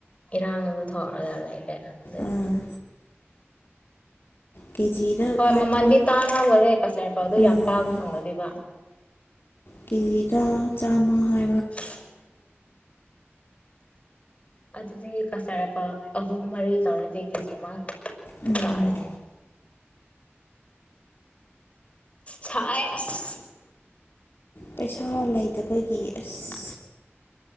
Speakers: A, on the left (about 30°); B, on the left (about 55°).
A: ꯏꯔꯥꯡ ꯑꯗꯨ ꯊꯣꯛꯑꯒ ꯂꯩꯔꯦ ꯑꯗꯩ
B: ꯑꯥ ꯀꯦꯖꯤꯗ
A: ꯍꯣꯏ
B: ꯍꯥꯏꯕ꯭ꯔꯥ
A: ꯃꯃꯜꯗꯤ ꯇꯥꯡꯉꯝꯒꯅꯤ ꯀꯁꯇꯔꯗ ꯑꯦꯄꯜꯗꯨ
B: ꯎꯝ
A: ꯌꯥꯝ ꯄꯥꯛ ꯐꯪꯅꯗꯦꯕ
B: ꯀꯦꯖꯤꯗ ꯆꯥꯝꯃ ꯍꯥꯏ
A: ꯁꯍ ꯑꯗꯨꯗꯤ ꯀꯁꯇꯔꯗ ꯑꯦꯄꯜ ꯑꯍꯨꯝ ꯃꯔꯤ ꯇꯧꯔꯗꯤ ꯀꯦꯖꯤ ꯑꯃ
B: ꯎꯝ
A: ꯇꯥꯔꯅꯤꯅꯦ ꯁꯥꯏꯁ
B: ꯄꯩꯁꯥ ꯂꯩꯇꯕꯒꯤ ꯑꯁ